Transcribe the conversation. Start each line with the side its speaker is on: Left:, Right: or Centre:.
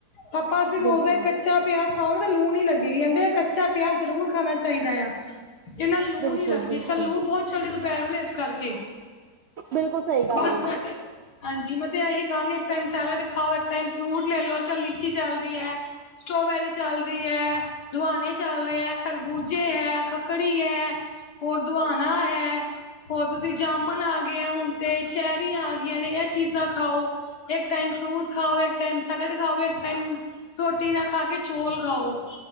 Left: ਆਪਾਂ ਅਸੀਂ ਰੋਜ਼
Right: ਬਿਲਕੁਲ।
Left: ਦਾ ਇੱਕ ਕੱਚਾ ਪਿਆਜ ਖਾਵਾਂਗੇ, ਤੇ ਲੂ ਨੀ ਲਗੇਗੀ, ਕਹਿੰਦੇ ਕੱਚਾ ਪਿਆਜ ਜ਼ਰੂਰ ਖਾਣਾ ਚਾਈਦਾ ਯਾ, ਏਨਾ ਲੂ
Right: ਬਿਲਕੁਲ,
Left: ਨੀ ਲਗਦੀ,
Right: ਬਿਲਕੁਲ,
Left: ਇੱਕ ਤਾਂ ਲੂ ਬਹੁਤ ਚੱਲਦੀ ਦੁਪਹਿਰ ਵੇਲੇ ਇਸ ਕਰਕੇ,
Right: ਬਿਲਕੁਲ ਸਹੀ ਗੱਲ
Left: ਬਸ
Right: ਏ,
Left: ਮੈਂ ਤੇ ਹਾਂਜੀ ਮੈਂ ਤੇ ਏਹੀ ਕਹਾਂਗੀ ਏਕ ਟਾਈਮ ਸੈਲਡ ਖਾਓ, ਏਕ ਟਾਈਮ ਫਰੂਟ ਲੈ ਲਓ, ਅੱਜ ਕੱਲ ਲੀਚੀ ਚਲ ਰੀ ਐ। ਸਟ੍ਰੋਬੈਰੀ ਚੱਲ ਰੀ ਐ, ਦੁਆਣੇ ਚੱਲ ਰੇ ਐ। ਖਰਬੂਜੇ ਹੈ, ਖਕੜੀ ਹੈ, ਹੋਰ ਦੁਆਣਾ ਹੈ। ਹੋਰ ਤੁਸੀਂ ਜਾਮਨ ਆ ਗਏ ਐ ਹੁਣ ਤੇ, ਚੈਰਿਆਂ ਆ ਗਈਆਂ ਨੇ, ਇਹ ਚੀਜਾਂ ਖਾਓ। ਏਕ ਟਾਈਮ ਫਰੂਟ ਖਾਓ, ਏਕ ਟਾਈਮ ਸੈਲਡ ਖਾਓ, ਏਕ ਟਾਈਮ ਰੋਟੀ ਨਾ ਖਾ ਕੇ ਚੋਂਲ ਖਾਓ,